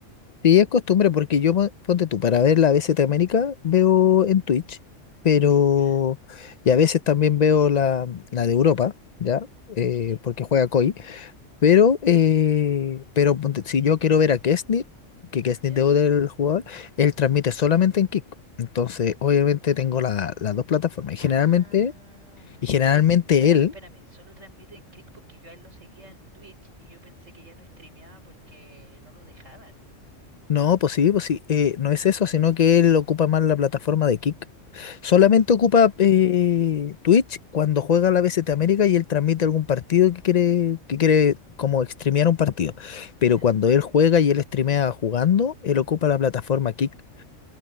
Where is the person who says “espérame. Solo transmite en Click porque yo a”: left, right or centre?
Right